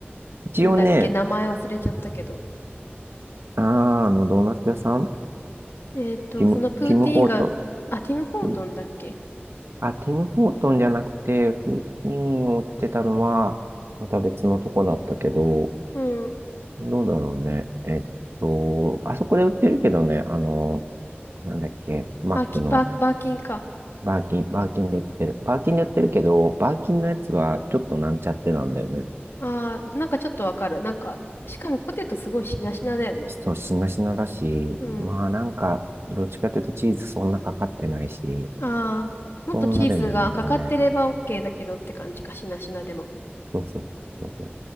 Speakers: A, on the right; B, on the left.
A: 一応ね、
B: なんだっけ、名前忘れちゃったけど。
A: あー、あの、ドーナツ屋さん
B: えっと、
A: ティム、
B: そのプーティーンが、
A: ティム・ホートン。
B: あ、ティム・ホートンだっけ
A: ティムあ、ティム・ホートンじゃなくて、フーティンを売ってたのは、また別のとこだったけど、
B: うん。
A: どうだろうね。えっと、あそこで売ってるけどね、あの、なんだっけ、マックの、
B: あ、き、バー、バーキンか。
A: バーキン、バーキンで売ってる。バーキンで売ってるけど、バーキンのやつはちょっとなんちゃってなんだよね。
B: あー、なんかちょっとわかる。なんか、しかもポテトすごいしなしなだよね。
A: そう、しなしなだし、
B: うん。
A: まあなんか、どっちかというとチーズそんなかかってないし、
B: あー、もっとチーズがかかってれば
A: そんなでもないんだよね。
B: OK だけどって感じか、しなしなでも。
A: そうそうそうそう。